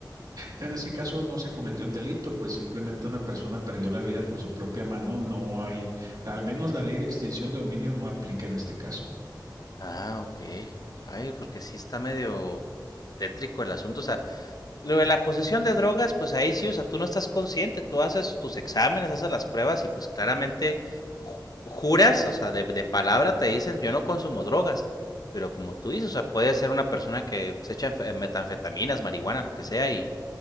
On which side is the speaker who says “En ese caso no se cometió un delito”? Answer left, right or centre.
Right